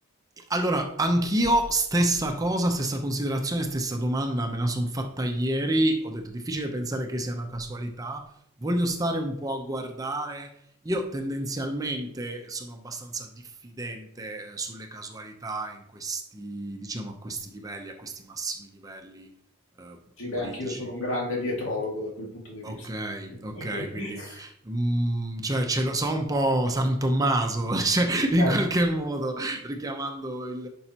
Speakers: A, on the right; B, on the left.
A: Allora, anch'io stessa cosa, stessa considerazione, stessa domanda, me la sono fatta ieri, ho detto difficile pensare che sia una casualità, voglio stare un po' a guardare, io tendenzialmente sono abbastanza diffidente eh, sulle casualità in questi, diciamo, a questi livelli, a questi massimi livelli eh,
B: Sì,
A: politici.
B: beh, anch'io sono un grande dietrologo da quel punto di vista.
A: Okay,
B: <laughs>
A: okay, quindi, mhmm, cioè ce lo so un po' San Tommaso, <laughs> cioè in
B: Ecco.
A: qualche modo richiamando il